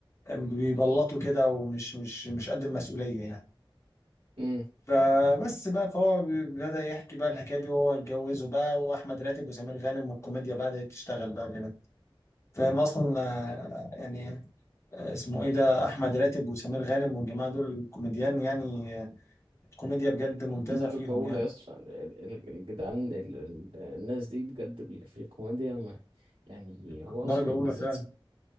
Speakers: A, on the left; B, on the right.
A: بيبلطوا كده ومش مش مش قد المسؤولية يعني
B: امم.
A: فبس بقى فهو بي- بدأ يحكي بقى الحكاية دي وهو اتجوزه بقى وأحمد راتب وسمير غانم والكوميديا بدأت تشتغل بقى كده فاهم أصلا آه، يعني اسمه إيه ده أحمد راتب وسمير غانم والجماعة دول كوميديان يعني آه، كوميديا بجد ممتازة
B: درجة
A: فيهم
B: أولى
A: يعني
B: يا اسطى ال- ال- الجدعان ال- ال- الناس دي بجد بي- في الكوميديا ما يعني هو
A: درجة
B: أصلا
A: أولى
B: بالذات
A: فعلا